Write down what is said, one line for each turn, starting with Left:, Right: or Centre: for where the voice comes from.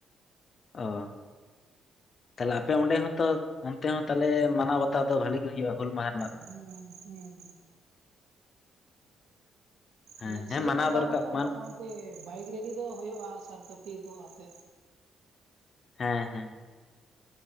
Left: ᱚ ᱛᱟᱦᱞᱮ ᱟᱯᱮ ᱚᱸᱰᱮ ᱦᱚᱸᱛᱚ ᱚᱱᱛᱮ ᱦᱚᱸ ᱛᱟᱞᱮ ᱢᱟᱱᱟᱣ ᱵᱟᱛᱟᱣ ᱫᱚ ᱵᱷᱟᱹᱞᱤ ᱜᱮ ᱦᱩᱭᱩᱜ-ᱟ ᱦᱩᱞ ᱢᱟᱦᱟᱸ ᱾
Right: ᱦᱩᱸ ᱦᱮᱸ
Left: ᱦᱮᱸ
Right: ᱮᱱᱮᱡ
Left: ᱦᱮᱸ
Right: ᱥᱮᱨᱮᱧ
Left: ᱢᱟᱱᱟᱣ
Right: ᱫᱚ
Left: ᱫᱚᱨᱠᱟᱨ
Right: ᱵᱟᱝ ᱦᱩᱭᱩᱜ-ᱟ
Left: ᱢᱟᱱ
Right: ᱢᱚᱴᱟ-ᱢᱩᱴᱤ ᱵᱟᱭᱤᱠ ᱨᱮᱞᱤ ᱫᱚ ᱦᱩᱭᱩᱜ-ᱟ ᱟᱜ-ᱥᱟᱨ ᱠᱟᱹᱯᱤ ᱠᱚ ᱟᱛᱮᱫ᱾
Left: ᱦᱮᱸ ᱦᱮᱸ